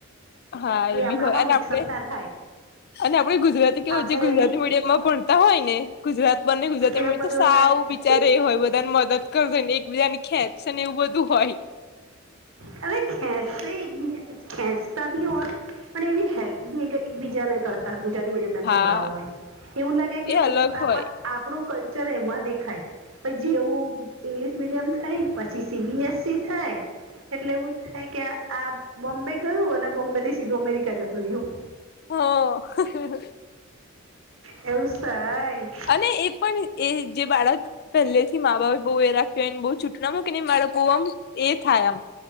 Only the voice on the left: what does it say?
હા એ બી
હોય અને
આપડે.
અને આપડે ગુજરાતી કેવું
જે ગુજરાતી
મીડિયમમાં ભણતા હોય ને ગુજરાત બંને ગુજરાત
તો સાવું
બિચા એ હોય બધાને મદદ કરજ ને એક બીજાની ખેત <unintelligible> એવું બધું હોય.
હા
એ અલગ હોય
હ
અને એ પણ એ જે બાળક, પહેલે થી મા બાએ બહુ એ રાખ્યુંને બહુ છૂટ ના મૂકી ને મારા બહુ આમ એ થાય આમ.